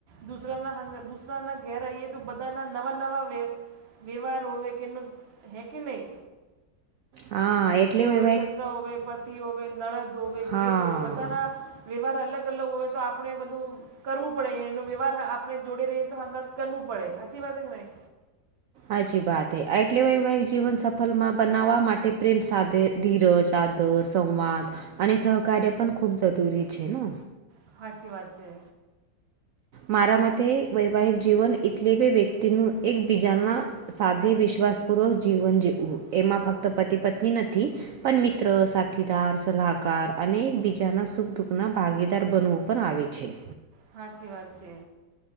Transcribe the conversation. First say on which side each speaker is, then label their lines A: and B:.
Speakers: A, on the right; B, on the right.
A: દુસરાના દુસરાના ઘેરઈએ તો બધાના નવા નવા. વ્યવહાર હોવે કેનું હૈ કે નહી.
B: હા એટલી હોય.
A: વે સસરા હોવે પતિ હોવે નરદ હોવે
B: હા
A: જેઠ હોવે બધાના. વ્યવહાર અલગ અલગ હોય તો આપણે બધું. કરવું પડે એનો વ્યવહાર આપણે જોડે રહીએ તો હંગાત કરવું પડે સાચી વાત કે નહી.
B: હજીી વાત હ આ એટલે વૈવાહિક જીવન સફળમાં બનાવવા માટે પ્રેમ સાથેધ. ધીરજ આદર સંવાદ અને સહકાર્ય પણ ખૂબ જરૂરી છે ને.
A: સાાચી વાત છે.
B: મારા મતે વૈવાહિક જીવન એટલે બે વ્યક્તિનું એકબીજાના. સાધે વિશ્વાસ પૂર્વક જીવન જીવવું એમાં ફક્ત પતિ પત્ની નથી પણ મિત્ર સાથીદાર સલાહકાર અને એકબીજાના સુખ દુઃખ ના ભાગીદાર બનવો. પણ આવે છે.
A: સાાચી વાત છે.